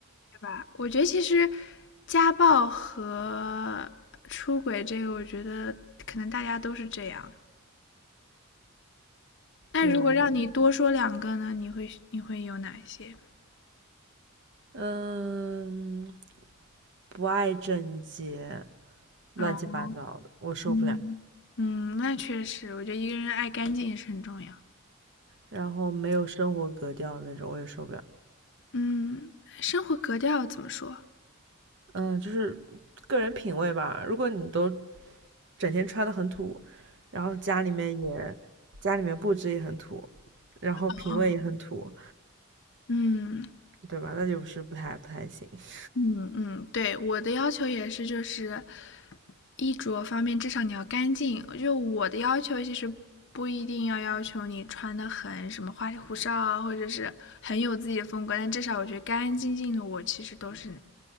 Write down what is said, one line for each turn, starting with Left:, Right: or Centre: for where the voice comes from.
Left: 对吧？我觉得其实家暴和出轨这个，我觉得可能大家都是这样。那如果让你多说两个呢，
Right: 对，
Left: 你会你会有哪些？
Right: 嗯，不爱整洁，乱七八糟的，
Left: 嗯
Right: 我受不了。
Left: 嗯嗯，那确实，我觉得一个人爱干净也是很重要。
Right: 然后没有生活格调的那种，我也受不了。
Left: 嗯，生活格调怎么说？
Right: 嗯，就是个人品味吧。如果你都整天穿的很土，然后家里面也家里面布置也很土，然后品味也很土，
Left: 哦。嗯，
Right: 对吧？那就是不太不太行。<laughs>
Left: 嗯。嗯，对，我的要求也是就是衣着方面，至少你要干净。就我的要求其实不一定要要求你穿的很什么花里胡哨啊，或者是很有自己的风格，但至少我觉得干干净净的，我其实都是